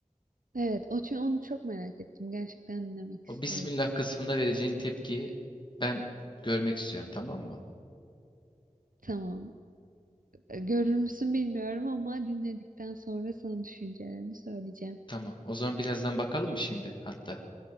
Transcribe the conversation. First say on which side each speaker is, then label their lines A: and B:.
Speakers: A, on the right; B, on the left.
A: Evet, o çünkü onu çok merak ettim. Gerçekten dinlemek
B: O
A: istiyorum.
B: Bismillah kısmında vereceğin tepkiyi ben görmek istiyorum, tamam mı?
A: Tamam. E, Görür müsün bilmiyorum ama dinledikten sonra sana düşüncelerimi söyleyeceğim.
B: Tamam. O zaman birazdan bakalım mı şimdi hatta?